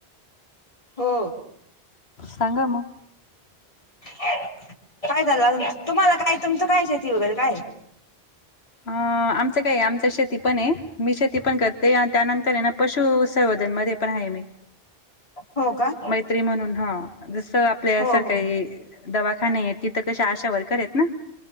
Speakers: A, on the left; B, on the left.
A: हो.
B: सांगा मग,
A: काय चाललं अजून, तुम्हाला काय तुमचं काय शेती वगैरे काय?
B: अ, आमचं काय आमचं शेत- शेती पण, आहे मी शेती पण करते, आणि त्यानंतर आहे ना पशु संवर्धन मध्ये पण आहे मी.
A: हो का,
B: मैत्री म्हणून हं, जसं आपल्या
A: हो
B: सरकारी
A: हो हो
B: दवाखाने आहेत तिथे कसे आशा वर्कर आहेत ना,